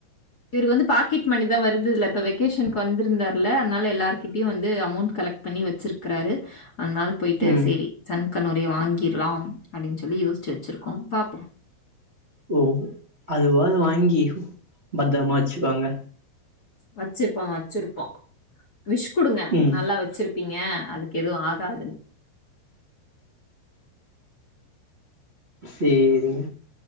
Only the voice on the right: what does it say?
ம்
ஒ அதுவாது வாங்கி பத்திரமா வச்சுக்குவாங்க
ம்
சேரிங்க